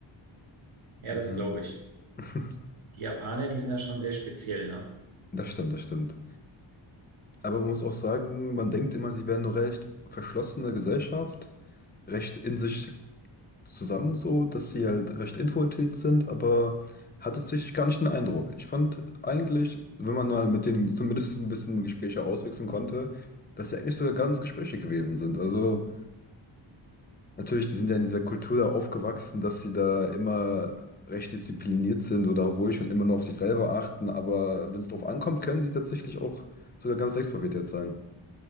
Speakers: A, on the right; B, on the left.
A: Ja,
B: Mhm.
A: das glaube ich.
B: <laughs>
A: Die Japaner, die sind ja schon sehr speziell, ne?
B: Das stimmt, das stimmt. Aber man muss auch sagen, man denkt immer, sie wären eine recht verschlossene Gesellschaft, recht in sich zusammen so, dass sie halt recht introvertiert sind, aber hatte sich gar nicht den Eindruck. Ich fand eigentlich, wenn man mal mit denen zumindest ein bisschen Gespräche auswechseln konnte, dass sie eigentlich sogar ganz Gespräche gewesen sind. Also natürlich, die sind ja in dieser Kultur da aufgewachsen, dass sie da immer recht diszipliniert sind oder ruhig und immer nur auf sich selber achten, aber wenn es drauf ankommt, können sie tatsächlich auch sogar ganz extrovertiert sein.